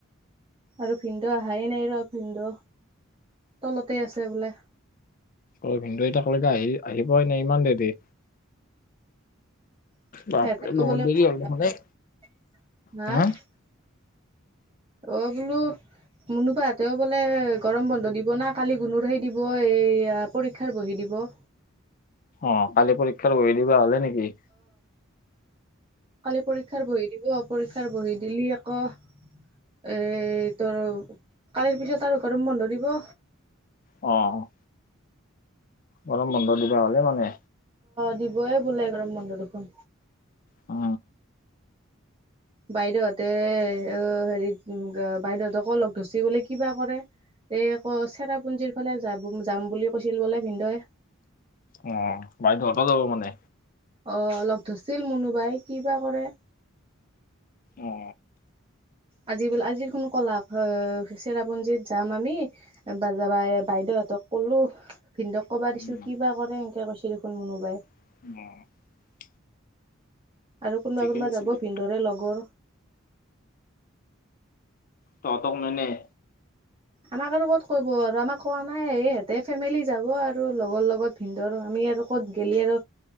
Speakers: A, on the right; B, on the left.
A: আৰু ভিন্দ অহাই নাই ৰ ভিনন্দ তলতে আছে বোলে।
B: অ ভিন্দে এতিয়া কবাপা আহি আহি পোৱাই নাই ইমান দেৰি
A: <unintelligible>
B: বাপৰে বহুত দেৰি হ'ল দেখোন এই হা
A: অ বোলো মুনোপাহঁতেও বোলে গৰম বন্ধ দিব না কালি গুণুৰেই দিব এই পৰীক্ষাৰ বহি দিব <unintelligible>
B: অ কালি পৰীক্ষাৰ বহী দিবা হলে নিকি
A: কালি পৰীক্ষাৰ বহি দিব পৰীক্ষাৰ বহি দিলি আক অ', এই তৰ কালিৰ পিছত আৰু গৰম বন্ধ দিব।
B: অ'। গৰম বন্ধ দিবা হ'লে মানে?
A: দিবই বোলে গৰম বন্ধ দেখোন।
B: অ
A: বাইদেউহঁতে অ হেৰি বাইদেউহতকো লগ ধৰচি বুলি কিবা কৰে এই ক চেৰাপুঞ্জিৰ ফালে যাব যাম বুলি কৈছিল বোলে ভিনদই
B: অ', বাইদেও হতো যাব মানে?
A: অ লগ ধৰছিল মুনু বাই কি বা কৰে
B: অ
A: আজি বোলে আজিৰ দোখোন কলাক চেৰাপুঞ্জীত যাম আমি বা যাবা বাইদেউ হতক কলো ভিনদাক কবা
B: উম
A: দিছো কিবা কৰে এনকে কৈছি দেখোন মোনোবাই
B: <unintelligible>
A: আৰু কোনবা
B: ঠিকেই
A: কোনবা
B: আছে
A: যাব
B: দে
A: ভিনদৰে লগৰ।
B: ত হতক নিনিয়ে
A: আমাক আৰু ক'ত কব আৰু আমাক কোৱা নাই ই হেতে ফেমিলি যাব আৰু লগৰ লগত ভিনদৰ আৰু আমি সিহত লগত গলি আৰ